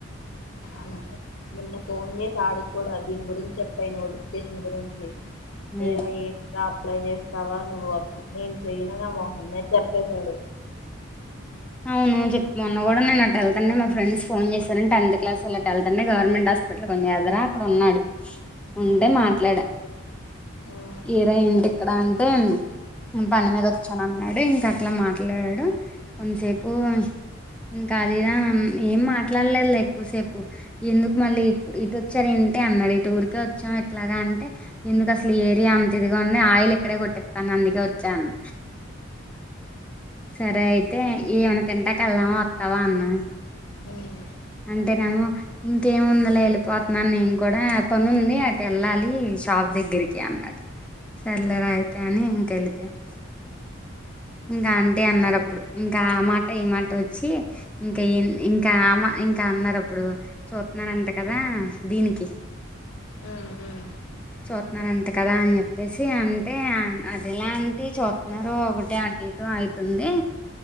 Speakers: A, on the left; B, in the centre.
A: అంతే నిన్న ఫోన్ చేసి ఆడికి కూడ దీని గురించి చెప్పేయ్ నోటిఫికేషన్ గురించి
B: హ్మ్.
A: ఏరా ఏంట్రా అప్లై చేస్తావా నువ్వు అప్ నేను చేయనని మొహం మీద చెప్పేశాడు
B: అవును చెప్ మొన్న కూడా నేన్ అట్ వెళ్తండి మా ఫ్రెండ్స్ ఫోన్ చేసారు టెన్త్ క్లాస్ వాళ్లు అటు వెళ్తుంటే గవర్మెంట్ హాస్పిటల్ కొంచె అదర అక్కడ ఉన్నాడు ఉంటే
A: ఉమ్
B: మాట్లాడా
A: ఉమ్
B: ఏరా ఏంటి ఇక్కడ అన్ టే పని మీద వచ్చానన్నాడు ఇంక అట్లే మాట్లాడాడు కొంసేపు ఇంకా అది ఇది ఏం మాట్లాడలేదు ఎక్కువసేపు ఎందుకు మళ్ళీ ఇప్పుడు ఇటోచ్చారు ఏం అంటే అన్నడు ఈ టూర్కే వచ్చాం ఎట్లాగా అంటే ఎందుకు అసలు ఈ ఏరియా అంత ఇదిగా ఉంది ఆయిల్ ఇక్కడే కొట్టిత్తాను అందుకే వచ్చా అన్న సరే అయితే ఏమైనా తింటాక వెళ్ళామా వత్తావా అన్నాడు
A: మ్మ్
B: అంటేనేమో ఇంకేముందిలే వెళ్ళిపోతున్నా నేను కూడా పనుంది అటెళ్ళాలి షాప్ దగ్గరికి అన్నాడు సర్లేరా
A: ఉమ్
B: అయితే అని ఇంకా వెళ్ళిపోయ్యామ్ ఇంకా అంటీ అన్నారు అప్పుడు ఇంకా ఆ మాట ఈ మాట వచ్చి ఇంకె ఇంకా ఆమ ఇంకా అన్నారు అప్పుడు చూత్తున్నారంట కదా దీనికి
A: ఉం ఉం <unintelligible>
B: చూత్తున్నారంట కదా అని చెప్పేసి అంటే అదేలా అంటి చూత్తున్నార ఒకటే ఎతు ఆయితుంది